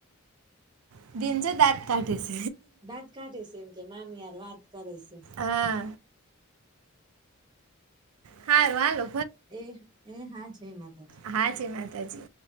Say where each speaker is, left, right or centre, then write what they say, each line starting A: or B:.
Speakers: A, on the right; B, on the right.
A: <unintelligible> કાઢીશ
B: દાંત કાઢે સે એમ કે મામીયાર વાત કરેશ
A: હા સારું હાલો
B: એ એ <unintelligible> <unintelligible>
A: હા જય માતાજી